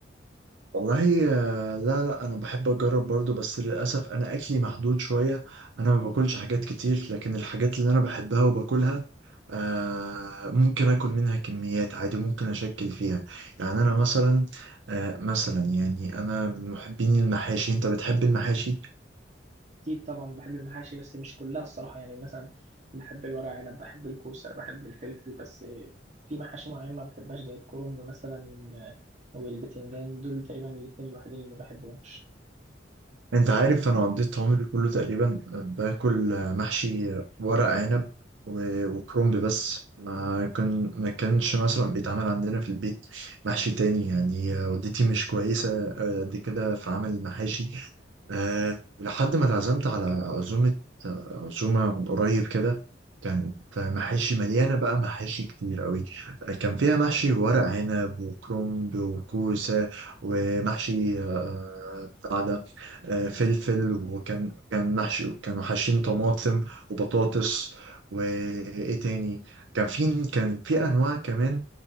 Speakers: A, on the right; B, on the right.
A: والله آه، لا لا أنا بحب أجرب برضو بس للأسف أنا أكلي محدود شوية أنا ما باكلش حاجات كتير لكن الحاجات اللي أنا بحبها وباكلها آه ممكن آكل منها كميات عادي ممكن أشكل فيها يعني أنا مثلا آه مثلا يعني أنا من محبين المحاشي أنت بتحب المحاشي؟
B: أكيد طبعا بحب المحاشي بس مش كلها الصراحة يعني مثلا بحب الورق عنب بحب الكوسة بحب الفلفل بس في محاشي معينة ما بحبهاش زي الكرنب مثلا والبتنجان دول تقريبا الاتنين الوحيدين اللي ما بحبهمش
A: انت عارف انا قضيت عمري كله تقريبا باكل محشي ورق عنب و- وكرنب بس ما كان ما كانش مثلا بيتعمل عندنا في البيت محشي تاني يعني والدتي مش كويسة آه، قد كده في عمل المحاشي أه لحد ما اتعزمت على عزومة آه، عزومة من قريب كده كانت محاشي مليانة بقى محاشي كتير قوي كان فيها محشي ورق عنب وكرنب وكوسة ومحشي آه، بتاع ده آه، فلفل وكان كان محشي كانوا حاشين طماطم وبطاطس وإيه تاني كان في كان في أنواع كمان